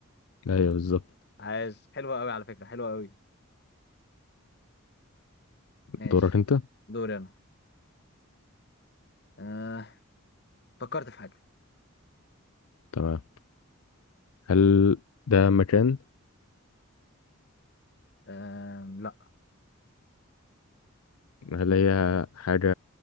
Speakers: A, on the left; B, on the left.
A: ايوه بالظبط
B: عاش حلوة أوي على فكرة حلوة أوي ماشي
A: دورك انت
B: دوري أنا آه. فكرت في حاجة
A: تمام هل ده مكان
B: آه. لا
A: هل هي حاجة